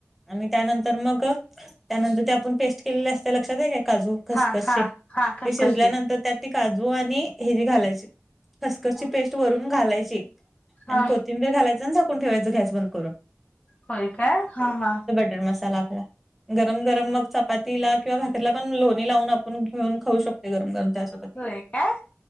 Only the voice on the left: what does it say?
हा हा हा खसखसते
हा
होय काय, हा हा.
होय काय,